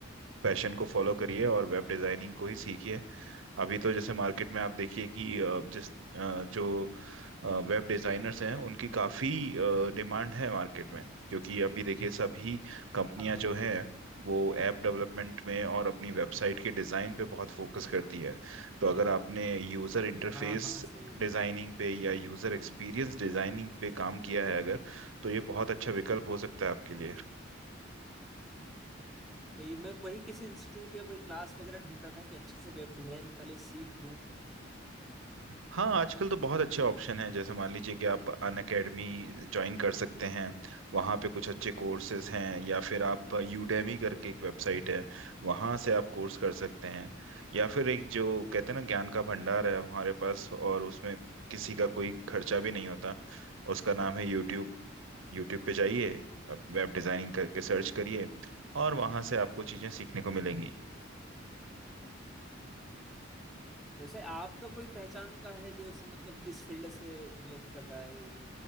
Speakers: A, on the right (about 75°); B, in the centre.
A: पैशन को फॉलो करिए और वेब डिजाइनिंग को ही सीखिए अभी तो जैसे मार्केट में आप देखिए कि अ, जिस अ, जो वेब डिजाइनर्स हैं उनकी काफी डिमांड है मार्केट में क्योंकि अभी देखिए सभी कंपनियां
B: हाँ
A: जो हैं वो ऐप डेवलपमेंट में और अपनी वेबसाइट के डिजाइन पे बहुत फोकस करती है तो अगर आपने यूजर इंटरफेस
B: हाँ हाँ सही है
A: डिजाइनिंग पे या यूजर एक्सपीरियंस डिजाइनिंग पे काम किया है अगर तो ये बहुत अच्छा विकल्प हो सकता है आपके लिए
B: सही मैं वही किसी इंस्टीट्यूट या कोई क्लास वगैरह ढूंढ रहा था कि अच्छे से वेब डिजाइन पहले सीख लूं
A: हाँ आजकल तो बहुत अच्छे ऑप्शन हैं जैसे मान लीजिए कि आप अन अकेडमी ज्वाइन कर सकते हैं वहाँ पे कुछ अच्छे कोर्सेज हैं या फिर आप यूडेमी करके एक वेबसाइट है वहाँ से आप कोर्स कर सकते हैं या फिर एक जो कहते हैं ना ज्ञान का भंडार है हमारे पास और उसमें किसी का कोई खर्चा भी नहीं होता उसका नाम है यूट्यूब यूट्यूब पे जाइए वेब डिज़ाइनिंग करके सर्च करिए और वहाँ से आपको चीज़ें सीखने को मिलेंगी
B: वैसे आपका कोई पहचान का है जो ऐसे मतलब इस फील्ड से रिलेट करता है ये